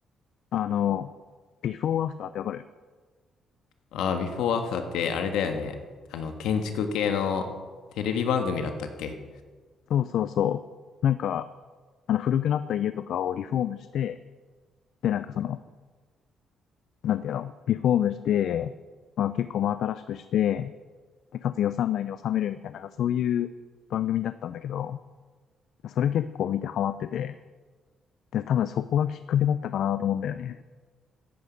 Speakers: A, on the left (about 70°); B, on the left (about 80°).
A: あの、ビフォーアフターってわかる
B: ああー、ビフォーアフターってあれだよね。あの、建築系のテレビ番組だったっけ
A: そうそうそう。なんか、あの、古くなった家とかをリフォームして、で、なんかその、なんていうの、リフォームして、まあ結構真新しくして、で、かつ予算内に収めるみたいな、なんかそういう番組だったんだけど、それ結構見てハマってて、で、多分そこがきっかけだったかなと思うんだよね。